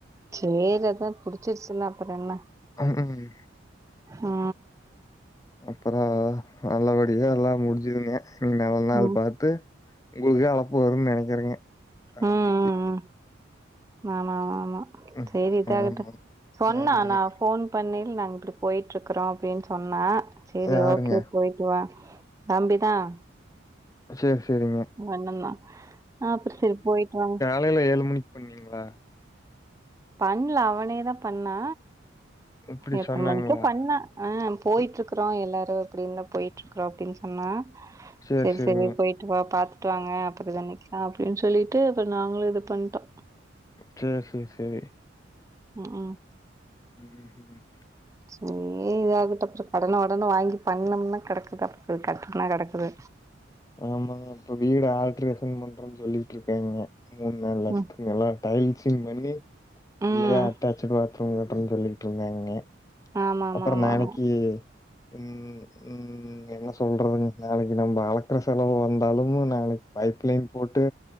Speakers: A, on the right (about 15°); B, on the left (about 15°).
A: சேர் அதா புடிச்சிருச்சுல்ல அப்புற என்ன
B: ம்.
A: ஆ
B: அப்புற நல்லபடியே எல்லா முடிஞ்சுதுங்க இனி நல்ல நாள்
A: ம்.
B: பாத்து உங்களுக்கே அழப்பு வரும் நினைக்கிறங்க தடமொழிக்கு
A: ம், ம், ம். ஆமா ஆமா ஆமா
B: ம்
A: சேரி இதாகட்டும்
B: ஆமா
A: சொன்னா
B: ஆமாங்க
A: நான் போன் பண்ணில் நாங்கள் இப்டி போய்ட்டுருக்கறோம் அப்டின்னு சொன்னா சேரி
B: யாருங்க
A: ஓகே போய்ட்டு வா தம்பிதான்
B: சேர் சேரிங்க
A: வந்தரலா அப்ப சேரி போய்ட்டு வாங்
B: காலைல ஏலு மணிக் பண்ணீங்களா
A: பண்ல அவனே தா பண்ணா
B: இப்டி
A: எத்தன
B: சொன்னாங்களா?
A: மணிக்கோ பண்ணா ஆ போய்ட்ருக்குறோ எல்லாரு இப்டின்ந்தா போய்ட்ருக்குறோ அப்டின் சொன்னா
B: சேரி
A: செரி
B: சேரிங்க.
A: செரி போய்ட் டு வா பாத்துட்டு வாங்க அப்பற இத நிக்லா அப்டின் சொல்லிட்டு அப்ப நாங்களு இது பண்ட்டோ
B: சேர் சேர் செரி
A: ம் ம்
B: ம் ம்
A: சேர் இத ஆகுட் டப் டிப் கடன உடன வாங்கி பண்ணம்னா கடக்குது அப் போய் கட்டுன்னா கடக்குது
B: ஆமாங்க இப்ப வீடு ஆல்ட்ரேஷன் பண்றன் சொல்லிட்டு இருக்காங்க மூண் நாள் ல
A: ம்.
B: எல்லா டைல்ஸிங் பண்ணி
A: ம்.
B: உள்ளயே அட்டாச்ட் பாத் ரூம் கட்ணு சொல்லிட்டு இருந்தாங்க
A: ஆமாமாமாமா.
B: அப்பறம் நாளைக்கி ம் ம் ம்ம் என்ன சொல்றதுங் நாளைக்கு நம்ப அல க்கற செலவு வந்தாலும் நாளைக் பைப் லைன் போட்டு